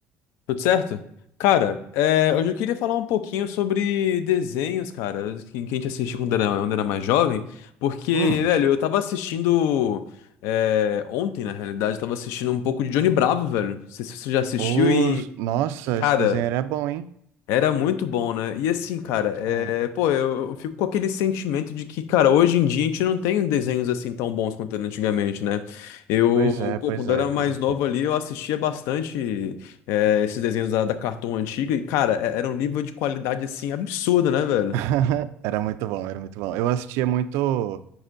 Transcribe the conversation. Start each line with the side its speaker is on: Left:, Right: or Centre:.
Left: Tudo certo? Cara, é, hoje eu queria falar um pouquinho sobre desenhos, cara, que, que a gente assistiu quando era, quando era mais jovem, porque,
Right: Hum,
Left: velho, eu tava assistindo é, ontem, na realidade, eu tava assistindo um pouco de Johnny Bravo, velho. Não sei se você já assistiu
Right: os...
Left: e,
Right: Nossa,
Left: cara,
Right: esse desenho era bom, hein?
Left: Era muito bom, né? E assim, cara,
Right: Era muito
Left: é...
Right: bom.
Left: pô, eu, eu fico com aquele sentimento de que, cara, hoje em dia a gente não tem desenhos assim tão bons quanto era antigamente, né? Eu,
Right: Pois é, pois
Left: pô, quando
Right: é,
Left: era
Right: cara.
Left: mais novo ali, eu assistia bastante é, esses desenhos da, da Cartoon antiga e, cara, é- era um nível de qualidade assim absurdo, né, velho?
Right: <laughs> Era muito bom, era muito bom. Eu assistia muito